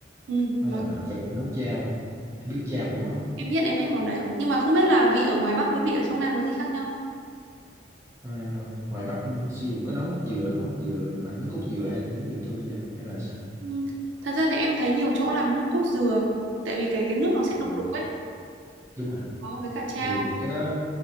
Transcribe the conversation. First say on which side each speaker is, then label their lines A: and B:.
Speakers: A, on the right (about 80°); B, on the right (about 15°).
A: Ừ,
B: đó
A: món
B: là vịt nấu chao thì biết chao mà đúng không
A: em biết em biết món đấy, nhưng mà không biết là vị ở ngoài Bắc với vị ở trong Nam có gì khác nhau.
B: à, ngoài Bắc em sử dụng có nấu nước dừa đúng không dừa bằng nước cốt dừa hay là nước dừa tươi gì không hay là sao
A: Ừ. Thật ra thì em thấy nhiều chỗ làm nước cốt dừa tại vì cái cái nước nó sẽ
B: ừ.
A: đục đục ấy
B: đúng rồi
A: có với cả trao
B: thì cái đó